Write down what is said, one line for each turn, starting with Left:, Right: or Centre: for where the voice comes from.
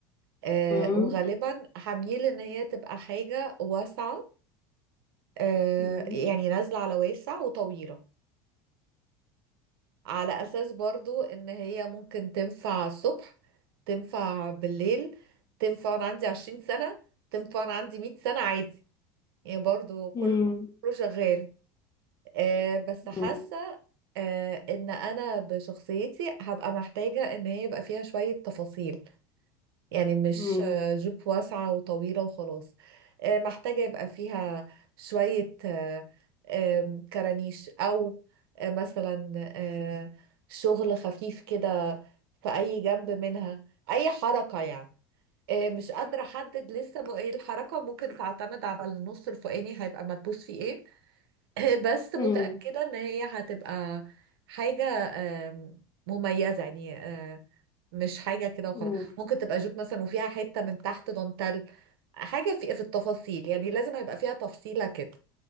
Right: آه
Left: مم.
Right: وغالبا هميل ان هي تبقى حاجة واسعة آه
Left: مم.
Right: يعني نازلة على واسع وطويلة على اساس برضو ان هي ممكن تنفع الصبح تنفع بالليل تنفع وانا عندي عشرين سنة تنفع وانا عندي مية سنة عادي يعني برضو كله
Left: مم.
Right: كله شغال آه بس حاسة
Left: مم.
Right: آه ان انا بشخصيتي هبقى محتاجة ان هي يبقى فيها شوية تفاصيل يعني مش
Left: امم
Right: آه، جيب واسعة وطويلة وخلاص آه، محتاجة يبقى فيها شوية آه، آم، كرانيش أو آه، مثلا آه، شغل خفيف كده في أي جنب منها أي حركة يعني آه، مش قادرة أحدد لسه م- إيه الحركة ممكن تعتمد على النص الفوقاني هيبقى مدبوس فيه إيه <coughs> <laughs> بس متأكدة
Left: امم
Right: إن هي هتبقى حاجة آم، مميزة يعني آه، مش حاجة كده وخلاص
Left: امم
Right: ممكن تبقى جوب مثلا وفيها حتة من تحت دانتال حاجة في في التفاصيل يعني لازم يبقى فيها تفصيلة كده